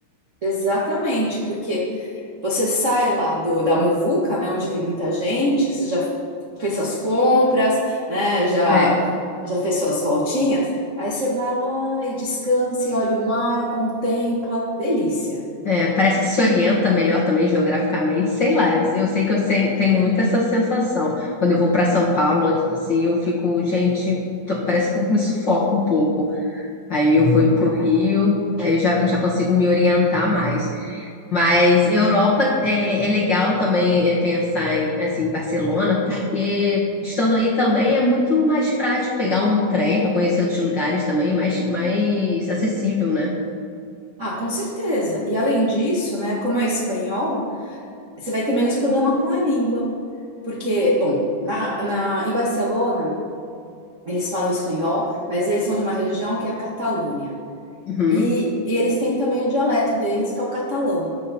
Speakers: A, on the right; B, on the left.
A: Exatamente, porque você sai lá do, da muvuca, né? Onde tem muita gente, você já fez suas compras, né? Já,
B: É,
A: já fez suas voltinhas. Aí você vai lá e descansa, e olha o mar, contempla. Delícia.
B: é, parece que se orienta melhor também geograficamente, sei lá, eu, eu sei que eu sei- tenho muito essa sensação. Quando eu vou para São Paulo, assim, eu fico, gente, tô- parece que eu me sufoco um pouco. Aí eu vou pro Rio, aí eu já, eu já consigo me orientar mais. Mas Europa é, é legal também é, pensar em assim, Barcelona, porque estando aí também é muito mais prático pegar um trem para conhecer outros lugares também, mais, mais acessível, né?
A: Ah, com certeza. E além disso, né, como é espanhol, você vai ter menos problema com a língua. Porque, bom, na, na- em Barcelona, eles falam espanhol, mas eles são de uma região que é a Catalunha.
B: Uhum.
A: E, e eles têm também o dialeto deles, que é o catalão.